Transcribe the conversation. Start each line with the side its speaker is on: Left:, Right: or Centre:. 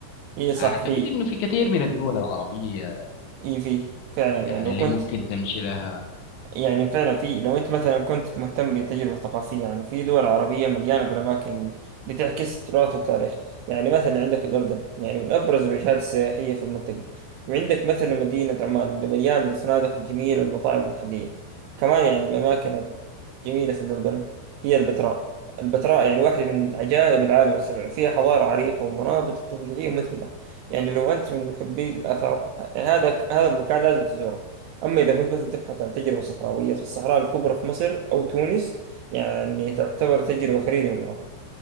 Right: هي صح
Left: أعتقد
Right: في
Left: إنه في كثير من الدول العربية
Right: هي في فعلا يعني
Left: يعني
Right: لو
Left: اللي
Right: كنت
Left: ممكن تمشي لها
Right: يعني فعلا في لو انت مثلا كنت مهتم بالتجربة الثقافية يعني في دول عربية مليانة بالأماكن بتعكس التراث والتاريخ يعني مثلا عندك الأردن يعني من أبرز الوجهات السياحية في المنطقة وعندك مثلا مدينة عمان اللي مليانة بالفنادق الجميلة والمطاعم المحلية كمان يعني من الأماكن الجميلة في الأردن هي البتراء البتراء يعني واحدة من عجائب العالم السبع فيها حضارة عريقة ومناظر طبيعية مذهلة يعني لو أنت من محبي الآثار هذا هذا المكان لازم تزوره أما إذا كنت مثلا تبحث عن تجربة صحراوية فالصحراء الكبرى في مصر أو تونس يعني تعتبر تجربة فريدة من نوعها